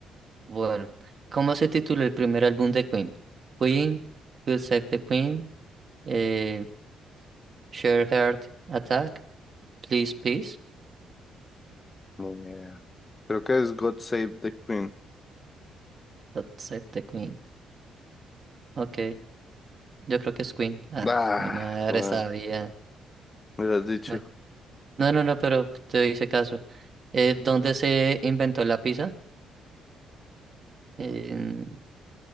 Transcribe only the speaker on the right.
Bueno, ¿cómo se tituló el primer álbum de Queen? Queen, You Save the Queen, eh, Share Heart Attack, Please Please,
God Save the Queen. Ok, yo creo que es Queen. Ah,
mi madre
sabía.
Bueno, no, no, no, pero te hice caso. Eh, ¿dónde se inventó la pizza? En-